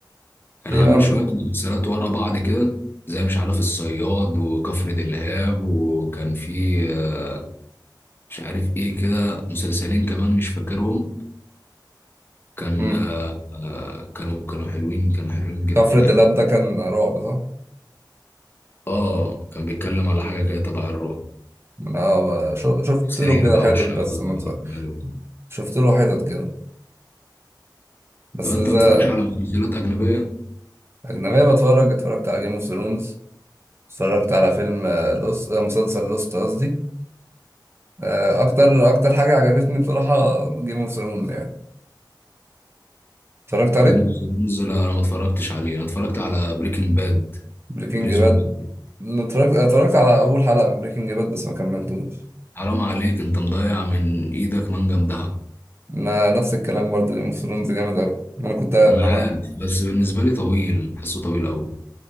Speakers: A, on the left; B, on the right.
A: كان
B: ليه
A: عامل
B: بقى
A: شوية مسلسلات ورا بعض كده زي مش عارف الصياد وكفر دلهاب وكان في آه، مش عارف ايه كده مسلسلين كمان مش فاكرهم كان
B: امم
A: آه، آه، كانوا كانوا حلوين كانوا حلوين جدا
B: كفر
A: يعني
B: الدلاب ده كان رعب صح؟
A: اه كان بيتكلم على حاجة كده تبع الرعب
B: اه شو- شفت
A: سحر
B: له كده
A: بقى
B: حتت
A: والشعوذة
B: بس ما اتفرج-
A: والأعمال وكده.
B: شفت له حتت كده بس
A: طب انت
B: إذا
A: ما بتتفرجش على مسلسلات أجنبية؟
B: أجنبية بتفرج اتفرجت على جيم اوف ثرونز اتفرجت على فيلم لوست مسلسل لوست قصدي آه، أكتر أكتر حاجة عجبتني بصراحة جيم اوف ثرونز يعني اتفرجت عليه
A: جيم اوف ثرونز لا انا ما اتفرجتش عليه انا اتفرجت على بريكنج باد
B: بريكنج
A: بريزون
B: باد
A: باد
B: اتفرجت اتفرجت على أول حلقة من بريكنج باد بس ما كملتوش
A: حرام عليك انت مضيع من ايدك منجم دهب
B: ما نفس الكلام برضه جيم اوف ثرونز جامد أوي ما أنا كنت ما
A: انا
B: أنا
A: عارف بس بالنسبه لي طويل حاسه طويل قوي